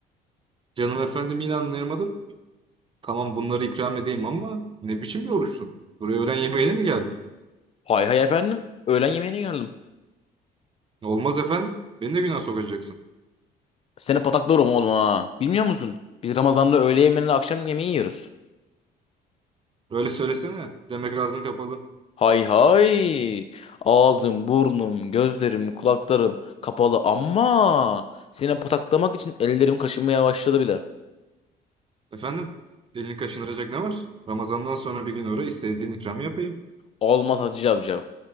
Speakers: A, on the right; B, on the left.
A: Canım efendim yine anlayamadım. Tamam bunları ikram edeyim ama ne biçim bir oruçsun? Buraya öğlen yemeğine mi geldin?
B: Hay hay efendim. Öğlen yemeğine geldim.
A: Olmaz efendim. Beni de günah sokacaksın.
B: Seni pataklarım oğlum ha. Bilmiyor musun? Biz Ramazan'da öğle yemeğiyle akşam yemeği yiyoruz.
A: Öyle söylesene. Demek ağzın kapalı.
B: Hay hay. Ağzım, burnum, gözlerim, kulaklarım kapalı ama seni pataklamak için ellerim kaşınmaya başladı bile.
A: Efendim, elini kaşındıracak ne var? Ramazandan sonra bir gün uğra istediğin ikramı yapayım.
B: Olmaz Hacı Cavcav.